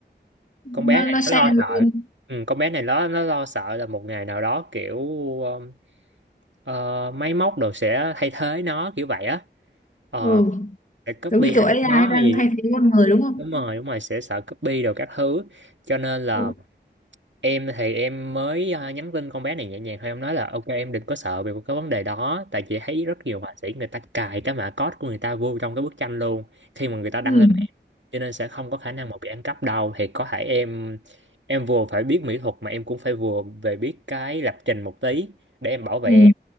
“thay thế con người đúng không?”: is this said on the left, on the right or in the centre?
Left